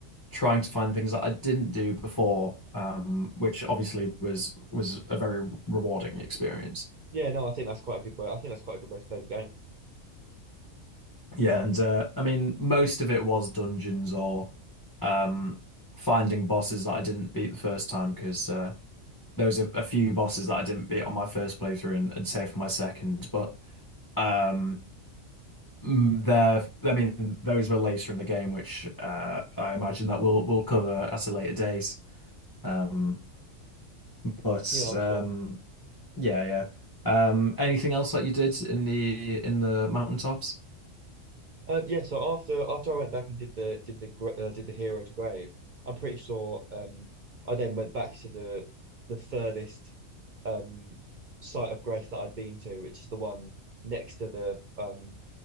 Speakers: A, on the left (about 25°); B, on the right (about 60°).
A: trying to find things that I didn't do before, um, which obviously was was a very rewarding experience.
B: Yeah, no, I think that's quite a good way. I think that's quite a good way to play the game.
A: Yeah, and uh, I mean, most of it was dungeons or um, finding bosses that I didn't beat the first time because uh, there was a, a few bosses that I didn't beat on my first playthrough and, and saved for my second. But Um, mm, there, I mean, those were later in the game, which uh, I imagine that we'll we'll cover at a later date. Um, but
B: Yeah, I'm
A: um,
B: sure.
A: yeah, yeah. Um, anything else that you did in the in the mountaintops?
B: Uh, yeah, so after after I went back and did the did the gra- uh, did the hero's grave, I'm pretty sure um I then went back to the the furthest um site of grace that I'd been to, which is the one next to the um